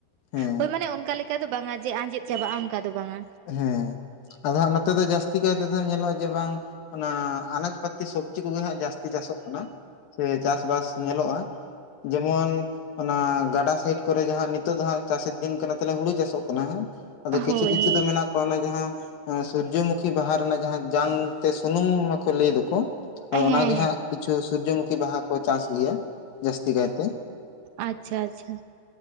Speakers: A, on the left (about 70°); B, on the right (about 75°).
A: ᱦᱮᱸ
B: ᱦᱳᱭ ᱢᱟᱱᱮ ᱚᱱᱠᱟ ᱞᱮᱠᱟ ᱫᱚ ᱵᱟᱝ-ᱟ ᱡᱮ ᱟᱸᱡᱮᱫ ᱪᱟᱵᱟᱜ-ᱟ ᱚᱱᱠᱟ ᱫᱚ ᱵᱟᱝ-ᱟ᱾
A: ᱦᱮᱸ ᱟᱫᱚ ᱦᱟᱸᱜ ᱱᱚᱛᱮ ᱫᱚ ᱡᱟᱹᱥᱛᱤ ᱠᱟᱭ ᱛᱮᱫᱚ ᱧᱮᱞᱚᱜ-ᱟ ᱡᱮ ᱵᱟᱝ ᱚᱱᱟ ᱟᱱᱟᱡᱽ ᱯᱟᱹᱛᱤ ᱥᱚᱵᱽᱡᱤ ᱠᱚ ᱜᱮ ᱦᱟᱸᱜ ᱡᱟᱹᱥᱛᱤ ᱪᱟᱥᱚᱜ ᱠᱟᱱᱟ ᱥᱮ ᱪᱟᱥ ᱵᱟᱥ ᱧᱮᱞᱚᱜ-ᱟ ᱡᱮᱢᱚᱱ ᱚᱱᱟ ᱜᱟᱰᱟ ᱥᱟᱭᱤᱰ ᱠᱚ᱾ ᱡᱟᱦᱟ ᱱᱤᱛᱳᱜ ᱫᱚ ᱦᱟᱸᱜ ᱪᱟᱥ ᱮᱨ ᱫᱤᱱ ᱠᱟᱱᱟ ᱛᱟᱞᱦᱮ ᱦᱩᱲᱩ ᱪᱟᱥ ᱚᱜ ᱠᱟᱱᱟ᱾ ᱦᱟᱸᱜ ᱟᱫᱚ
B: ᱦᱳᱭ
A: ᱠᱤᱪᱷᱩ ᱠᱤᱪᱷᱩ
B: ᱦᱳᱭ
A: ᱠᱚ ᱚᱱᱟ ᱡᱟᱦᱟ ᱥᱩᱨᱡᱚᱢᱩᱠᱷᱤ ᱵᱟᱦᱟ ᱨᱮᱱᱟᱜ ᱡᱟᱦᱟ ᱡᱟᱝ ᱛᱮ ᱥᱩᱱᱩᱢ ᱢᱟᱠᱚ ᱞᱟᱹᱭ ᱫᱟᱠᱚ ᱟᱫᱚ
B: ᱦᱮᱸ
A: ᱚᱱᱟ ᱜᱮ
B: ᱦᱮᱸ
A: ᱦᱟᱸᱜ ᱠᱤᱪᱷᱩ ᱥᱩᱨᱡᱚᱢᱩᱠᱷᱤ ᱵᱟᱦᱟ ᱠᱚ ᱪᱟᱥ ᱜᱮᱭᱟ ᱡᱟᱹᱥᱛᱤ ᱠᱟᱭ ᱛᱮ᱾
B: ᱟᱪᱪᱷᱟ, ᱟᱪᱪᱷᱟ